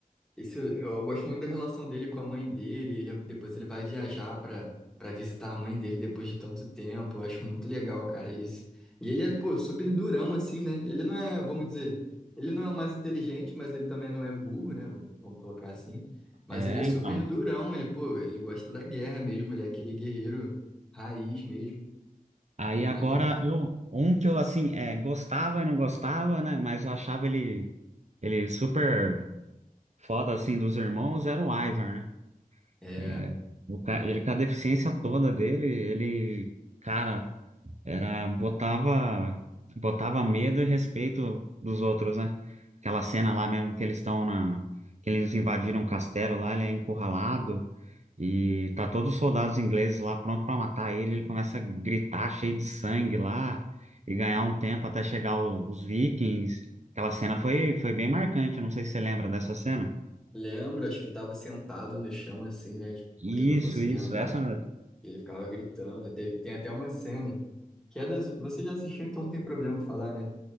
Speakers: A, in the centre; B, on the right.
A: Esse, eu gosto muito da relação dele com a mãe dele. Ele, depois ele vai viajar para para visitar a mãe dele depois de tanto tempo. Eu acho muito legal, cara, isso. E ele é, pô, super durão, assim, né? Ele não é, vamos dizer, ele não é o mais inteligente, mas ele também não é burro, né? Vamos, vamos colocar assim. Mas
B: É,
A: ele é super
B: então.
A: durão. Ele, pô, ele gosta da guerra mesmo. Ele é aquele guerreiro raiz mesmo.
B: Aí
A: Mas,
B: agora, eu, um que eu, assim, é, gostava e não gostava, né? Mas eu achava ele, ele super foda, assim, dos irmãos, era o Ivar, né?
A: é.
B: É, o ca- ele com a deficiência toda dele, ele, cara, era botava botava medo e respeito dos outros, né? Aquela cena lá mesmo que eles estão na que eles invadiram o castelo lá, ele é encurralado e tá todos os soldados ingleses lá pronto pra matar ele, ele começa a gritar cheio de sangue lá e ganhar um tempo até chegar o- os vikings. Aquela cena foi foi bem marcante, não sei se você lembra dessa cena.
A: Lembro, acho que ele tava sentado no chão, assim, né? tipo, Porque
B: Isso,
A: ele não conseguia
B: isso,
A: andar.
B: essa. mesmo.
A: E ele ficava gritando. Teve- tem até uma cena que é das. Você já assistiu, então não tem problema falar, né?